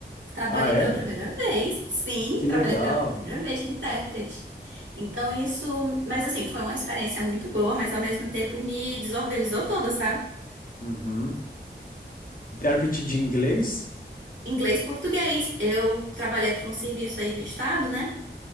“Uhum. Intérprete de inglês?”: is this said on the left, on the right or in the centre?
Left